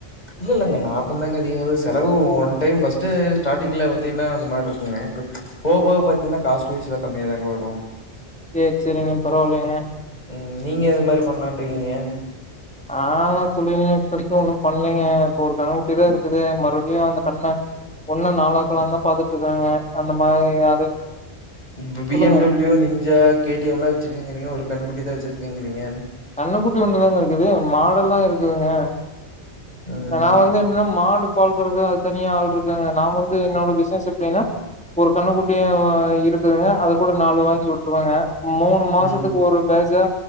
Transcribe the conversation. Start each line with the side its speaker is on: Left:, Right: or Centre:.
Left: இல்ல இல்லங்க லாபந்தாங்க அதிகோ வருது செலவு ஒன் டைம் ஃபர்ஸ்டு ஸ்டார்ட்டிங்ல பாத்தீங்ன்னா அந்த மாரி இருக்குங்க இப்ப போ போக பாத்தீங்ன்னா காஸ்ட் வைஸ்ல கம்மியாதாங்க வரு
Centre: சேரி சேரிங்க பரவால்லைங்க
Left: ம் நீங்க எது மாரி பண்லான் இருக்கீங்க
Centre: நான்லா தொழில்னு இப்போதைக்கு ஒன்னு பண்லைங்க இப்ப ஒரு கண்ணுக்குட்டி தா இருக்குது மறுபடியு அந்த கடன ஒன்ன நாலாக்கலான் தா பாத்துட்டு இருக்கங்க அந்த மாரி அது
Left: இப்ப பி
Centre: சொல்லுங்க
Left: எம் W ninja K T M லா வச்சிருக்கேங்றீங்க ஒரு கண்ணுக்குட்டி தா வச்சிருக்கேங்றீங்க
Centre: கண்ணுக்குட்டி ஒன்னு தாங்க இருக்குது மாடெல்லா இருக்குதுங்க
Left: ம்
Centre: நா வந்து என்னன்னா மாடு பால் கறக்குறது அது தனியா ஆள் இருக் இல்லங்க நா வந்து என்னோட பிசினஸ் எப்டின்னா ஒரு கன்னுக்குட்டியு இருக்குதுங்க அது கூட நாலு வாங்கி விட்ருவங்க மூணு மாசத்துக்கு
Left: ம்
Centre: ஒரு பேஜா